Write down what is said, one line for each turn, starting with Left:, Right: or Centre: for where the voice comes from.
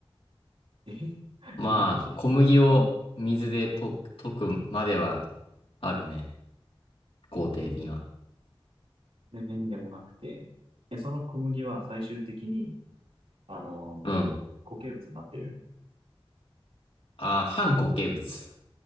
Right: え <laughs>
Left: まあ、
Right: 難しい。
Left: 小麦を水で溶く、
Right: うん。
Left: 溶くまではあるね。工程には。
Right: で、麺でもなくて。え、その小麦は最終的に、あのー固形物になってる。
Left: うん。あ、半固形物。